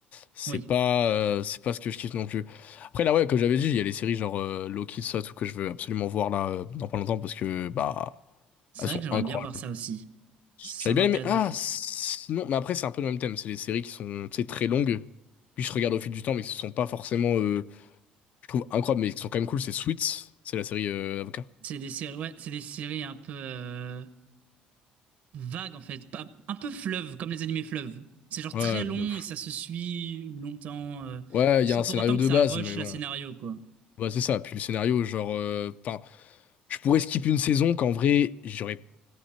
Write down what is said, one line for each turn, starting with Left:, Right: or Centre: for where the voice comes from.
Left: c'est
Right: Oui.
Left: pas, euh, c'est pas ce que je kiffe non plus. Après, là, ouais, comme j'avais dit, il y a les séries genre euh, Loki, tout ça, tout que je veux absolument voir là, euh, dans pas longtemps, parce que, bah,
Right: C'est
Left: elles sont
Right: vrai que j'aimerais
Left: incroyables.
Right: bien voir ça aussi. Ça
Left: J'avais
Right: m'intéresse
Left: bien aimé, ah,
Right: de fou.
Left: sinon, mais après, c'est un peu le même thème, c'est les séries qui sont, tu sais, très longues, puis je regarde au fil du temps, mais qui ne sont pas forcément. euh, je trouve incroyable, mais qui sont quand même cool, c'est Suits, c'est la série euh, avocat.
Right: C'est des séries, ouais, c'est des séries un peu euh, vagues en fait, pas, un peu fleuve, comme les animés fleuves. C'est genre
Left: Ouais,
Right: très long
Left: de ouf.
Right: et ça se suit longtemps, euh,
Left: Ouais,
Right: sans
Left: il y a un
Right: pour
Left: scénario
Right: autant que
Left: de
Right: ça
Left: base,
Right: rush
Left: mais
Right: la
Left: bon,
Right: scénario quoi.
Left: bah, c'est ça. Puis le scénario, genre, euh, enfin, je pourrais skip une saison qu'en vrai, j'aurais